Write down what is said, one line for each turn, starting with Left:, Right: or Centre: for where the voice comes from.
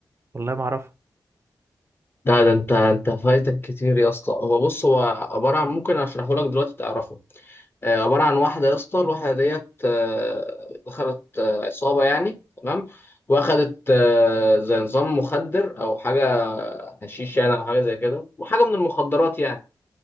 Right: والله ما اعرفه
Left: ده ده انت انت فايتك كتير يا اسطى هو بص هو عباره عن ممكن اشرحه لك دلوقتي تعرفه آه، عباره عن واحده يا اسطى الواحده ديت آه، دخلت آه، عصابه يعني تمام واخدت آه، زي نظام مخدر او حاجه حشيش يعني او حاجه زي كده وحاجه من المخدرات يعني